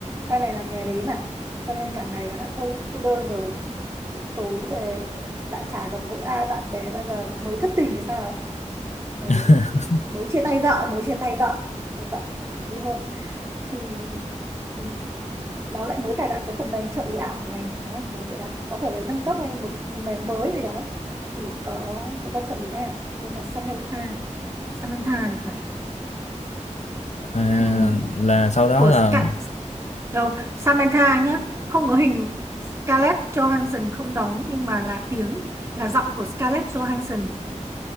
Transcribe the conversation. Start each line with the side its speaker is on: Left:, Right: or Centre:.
Right: sau này làm nghề đấy mà cho nên cả ngày nó đã cô, cô đơn rồi tối về lại chả gặp gỡ ai bạn bè bao giờ mới thất tình hay sao thì
Left: <laughs>
Right: mới chia tay vợ mới chia tay vợ chia tay vợ ly hôn thì ừ, nó lại mới cài đặt cái phần mềm trợ ý ảo này đúng mới cài đặt có thể là nâng cấp hay một phần mềm mới gì đó thì có cái con trợ lý ảo tên là Samantha Samantha thì phải
Left: à,
Right: ừ.
Left: là sau đó
Right: của
Left: là
Right: Skype Đâu, Samantha nhé, không có hình Scarlett Johansson không đóng nhưng mà là tiếng, là giọng của Scarlett Johansson.